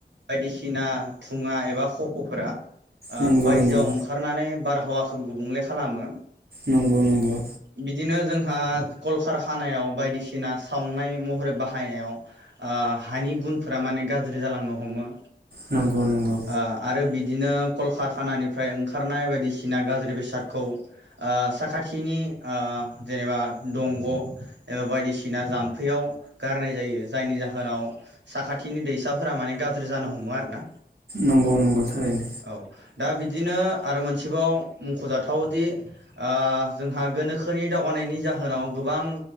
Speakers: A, on the right (about 80°); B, on the right (about 60°).
A: बायदिसिना दुङा एबा खफ'फोरा ओ
B: नंगौ
A: बायजोआव
B: नंगौ
A: ओंखारनानै बारहावाखौ गुबुंले खालामो।
B: नंगौ नंगौ।
A: बिदिनो जोंहा कलकार खानायाव बायदिसिना सावनाय महरै बाहायनायाव आ हानि गुनफोरा माने गाज्रि जालांनो हमो।
B: नंगौ नंगौ।
A: ओ आरो बिदिनो कलकारखानानिफ्राय ओंखारनाय बायदिसिना गाज्रि बेसादखौ ओ साखाथिनि ओ जेनेबा दंग' एबा बायदिसिना जाम्फैयाव गारनाय जायो जायनि जाहोनाव साखाथिनि दैसाफोरा माने गाज्रि जानो हमो आरोना।
B: नंगौ नंगौ थारैनो।
A: औ दा बिदिनो आरो मोनसेबाव मख'जाथावदि आ जोंहा गोनोखोनि दावगानायनि जाहोनाव गोबां